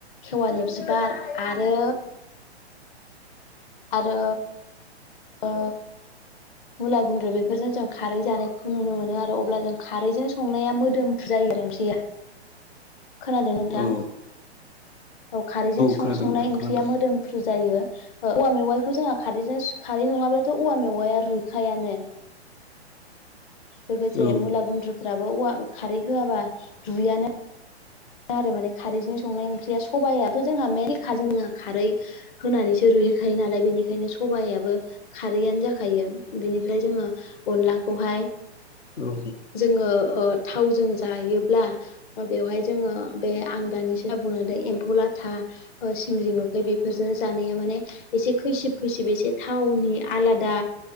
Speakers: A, on the left; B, on the left.
A: खेवालि बिबार आरो आरो ओ मुला गुन्द्रु बेफोरजों जों खारै जानायखौ नुनो मोनो आरो अब्ला जों खारैजों संनाया मोदोम फ्रु जायो आरो ओंख्रै या खोनादों नोंथां।
B: औ
A: औ खारैजों
B: खोनादों
A: संनाय
B: नोंथां
A: ओंख्रिया
B: खोनादों
A: मोदोमफ्रु जायो ओ औवा मेवाइखौ जोंहा खारैजों खारै नङाब्लाथ' औवा मेवाया रुइखायानो लोगोसे
B: औ
A: मुला गुन्द्रुफोराबो औवा खारै होआबा रुयानो। आरो माने खारैजों संनाय ओंख्रिया सबायाथ' जोंहा मेनलि खारै जोंहा खारै होनानैसो रो दुगैखायो नालाय बेनिखायनो सबायाइाबो खारैआनो जाखायो बिनिफ्राय जोङो अनलाखौहाय
B: औ।
A: जोङो थावजों जायोब्ला बेवहाय जोङो बे आं दानिसो जा बुंलांदों एम्फौ लाथा सिंग्रि मोखै बेफोरजों जानाया माने एसे खैसिब खैसिब एसे थावनि आलादा